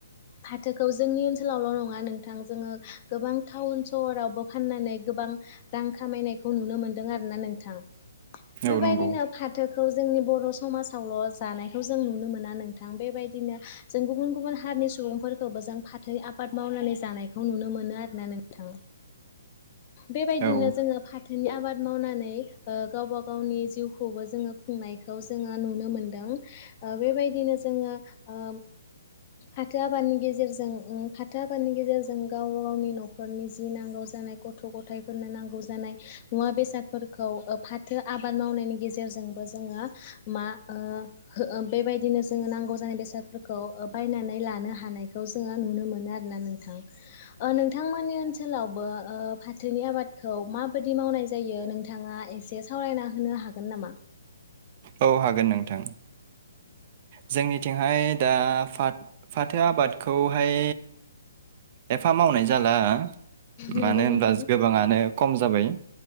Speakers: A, on the left; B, on the right.
A: फाथोखौ जोंनि ओनसोलावल' नङा नोंथां जोङो गोबां टाउन सहरावबो फाननानै गोबां रां खामायनायखौ नुनो मोनदों आरोना नोंथां। बेबायदिनो
B: औ नंगौ
A: फाथोखौ जोंनि बर' समाजावल' जानायखौ जों नुनो मोना नोंथां बेबायदिनो जों गुबुन गुबुन हारिनि सुबुंफोरखौबो जों फाथो आबाद मावनानै जानायखौ नुनो मोनो आरो ना नोंथां। बेबायदिनो
B: औ
A: जोङो फाथोनि आबाद मावनानै गावबा गावनि जिउ खौबो जोङो खुंनायखौ जोङो नुनो मोन दों बेबायदिनो जोङो ओ फाथो आबादनि गेजेरजों फाथो आबादनि गेजेरजों गावबा गावनि न'खरनि जि नांगौ जानाय गथ' गथायफोरनो नांगौ जानाय मुवा बेसादफोरखौ फाथो आबाद मावनायनि गेजेरजों बो जोङो मा ओ बेबादिनो जोङो नांगौ जानाय बेसादफोरखौ बायनानै लानो हानायखौ जोङो नुनो मोनो आरोना नोंथां नोंथांमोननि ओनसोलावबो फाथोनि आबादखौ माबायदि मावनाय जायो नोंथाङा एसे सावरायना होनो हागोन नामा? <inaudible>
B: औ हागोन नोंथां जोंनिथिंहाय दा फाट फाथो आबादखौहाय एफा मावनाय जाला
A: नंगौ
B: मानो होनबा
A: नोंथां
B: गोबाङानो खम जाबाय